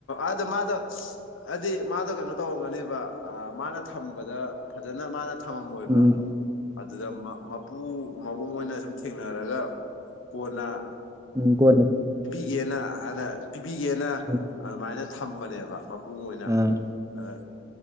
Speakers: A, on the left; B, on the right.
A: ꯑꯗꯣ ꯃꯥꯗꯣ ꯍꯥꯏꯗꯤ ꯃꯥꯗꯣ ꯀꯩꯅꯣ ꯇꯧꯔꯝꯒꯅꯤꯕ ꯃꯥꯅ ꯊꯝꯕꯗ ꯐꯖꯅ ꯃꯥꯅ ꯊꯝꯃꯝꯃꯣꯏꯕ
B: ꯎꯝ
A: ꯑꯗꯨꯗ ꯃꯄꯨ ꯃꯕꯨꯡ ꯍꯣꯏꯅ ꯁꯨꯝ ꯊꯦꯡꯅꯔꯒ ꯀꯣꯟꯅ
B: ꯎꯝ ꯀꯣꯟꯅ
A: ꯄꯤꯒꯦꯅ ꯍꯥꯏꯅ ꯄꯤꯕꯤꯒꯦꯅ
B: ꯎꯝ
A: ꯑꯗꯨꯃꯥꯏꯅ ꯊꯝꯕꯅꯦꯕ ꯄꯨꯡ ꯑꯣꯏꯅ
B: ꯑꯥ
A: ꯑꯗ